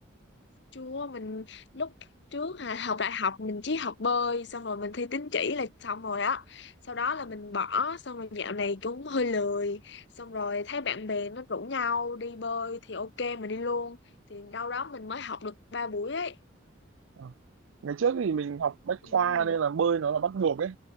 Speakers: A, on the left; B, on the right.
A: Chưa, mình lúc trước hà- học đại học mình chỉ học bơi xong rồi mình thi tín chỉ là xong rồi á. Sau đó là mình bỏ xong rồi dạo này cũng hơi lười. Xong rồi thấy bạn bè nó rủ nhau đi bơi thì ok mình đi luôn. Thì đâu đó mình mới học được 3 buổi ấy.
B: Ờ. ngày trước thì mình học bách
A: Ừ.
B: khoa nên là bơi nó là bắt buộc ấy